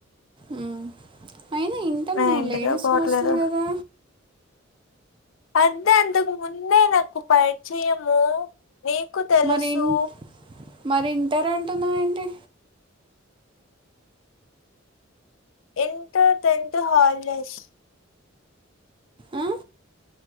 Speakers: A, on the right; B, on the left.
A: మ్. అయినా ఇంటర్
B: నా
A: నువ్వు
B: ఇంటికే
A: లేడీస్
B: పోవట్లేదు
A: హాస్టల్ కదా.
B: అద్దే అందుకు ముందే నాకు పరిచయము నీకు తెలుసు.
A: మరి ఇన్- మరి ఇంటారు అంటున్నావ ఏంటి.
B: Inter tenth holidays.
A: ఆ?